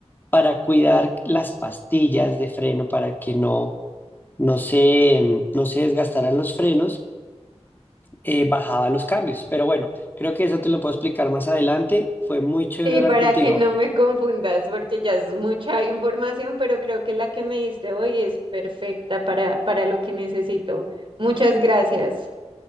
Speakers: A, on the left (about 15°); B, on the right (about 50°).
A: para cuidar las pastillas de freno para que no, no se, no se desgastaran los frenos eh, bajaba los cambios. Pero bueno, creo que eso te lo puedo explicar más adelante. Fue muy chévere
B: Sí,
A: hablar
B: para
A: contigo.
B: que no me confundas, porque ya es mucha información, pero creo que la que me diste hoy es perfecta para, para lo que necesito. Muchas gracias.